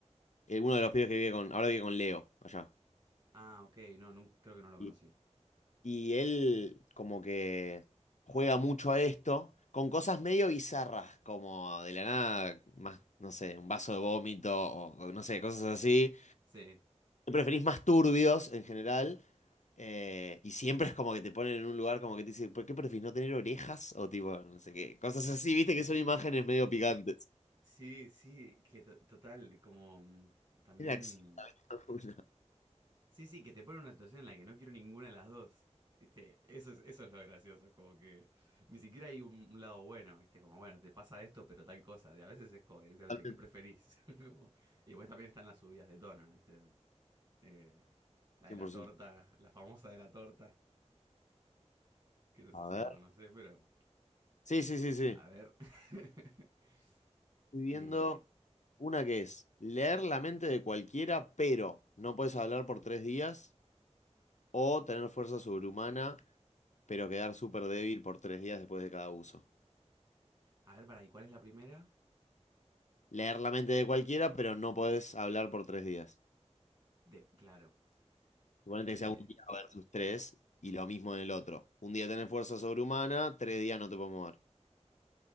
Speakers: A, on the left; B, on the right.
A: Eh, uno de los pibes que vive con, ahora vive con Leo allá.
B: Ah, ok. No, nun- creo que no lo conocí.
A: Y, y él como que juega mucho a esto, con cosas medio bizarras, como de la nada, más, no sé, un vaso de vómito o, o no sé, cosas así.
B: Sí.
A: Siempre preferís más turbios en general. eh, y siempre es como que te ponen en un lugar como que te dicen, ¿por qué preferís no tener orejas? O tipo, no sé qué, cosas así, viste que son imágenes medio picantes.
B: Sí, sí, que to- total, como mm, también...
A: Era acción, <laughs> una,
B: Sí, sí, que te pone en una situación en la que no quiero ninguna de las dos. ¿Viste? Eso es, eso es lo gracioso, como que ni siquiera hay un, un lado bueno, ¿viste? Como, bueno, te pasa esto, pero tal cosa. Y a veces es como directamente,
A: totalmente,
B: ¿qué preferís? <laughs> Como, y pues también están las subidas de tono, ¿viste? Eh, la
A: 100%.
B: de la torta, la famosa de la torta, que no sé
A: A
B: si
A: ver.
B: la conocés, pero...
A: Sí, sí, sí, sí.
B: A ver. <laughs>
A: Estoy viendo
B: Eh,
A: una que es leer la mente de cualquiera, pero no puedes hablar por tres días, o tener fuerza sobrehumana, pero quedar súper débil por tres días después de cada uso.
B: a ver, para, ¿y cuál es la primera?
A: Leer la mente de cualquiera, pero no puedes hablar por tres días.
B: De- claro.
A: Suponete
B: Eh,
A: que sea un día versus tres, y lo mismo en el otro. Un día tenés fuerza sobrehumana, tres días no te puedes mover.